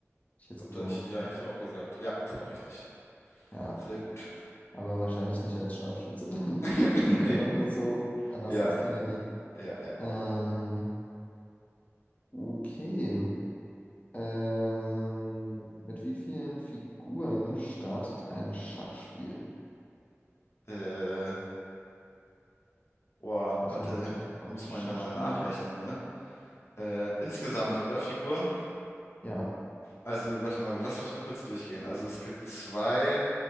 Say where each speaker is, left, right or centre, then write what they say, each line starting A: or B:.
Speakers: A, on the left; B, on the left.
A: ich jetzt
B: Glaub,
A: gesagt.
B: da ich, ja, hätte ich auch gesagt. Ja, ist auch richtig.
A: Ja,
B: Sehr gut.
A: aber wahrscheinlich nicht als Scharfschütze dann, <laughs>
B: <laughs>
A: sondern
B: Nee,
A: einfach nur so, anders
B: ja,
A: als Kennedy.
B: ja, ja.
A: Ähm, okay. Ähm, mit wie vielen Figuren startet ein Schachspiel?
B: Äh, boah,
A: Ich weiß
B: warte,
A: nicht, ob du, ob
B: muss
A: du Schachspieler
B: man ja mal nachrechnen,
A: bist.
B: ne? Äh, insgesamt, oder, Figuren?
A: Ja,
B: Also, warte mal, lass mich mal kurz durchgehen. Also, es gibt zwei